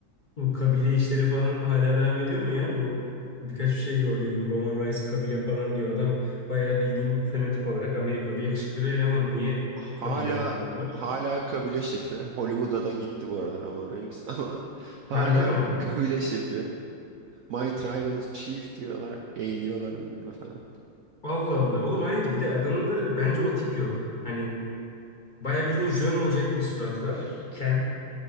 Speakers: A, on the left; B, on the right.
A: Bu kabile işleri falan hala devam ediyor mu ya? Bu birkaç bir şey gördüydüm. Roman Reigns kabile falan diyor. Adam bayağı bildiğin fenotip olarak Amerikalı yakışıklı bir eleman. Niye
B: Hala
A: kabile muhabbeti var?
B: hala kabile şefi. Hollywood'a da gitti bu aralar ama Reigns <laughs> ama hala
A: Harbi mi?
B: kabile şefi. My Tribal Chief diyorlar, eğiliyorlar önünde falan.
A: Allah Allah. Oğlum hayır bir de adamın da bence o tip yok. Hani bayağı bildiğin jön olacak bir surat var. Ken.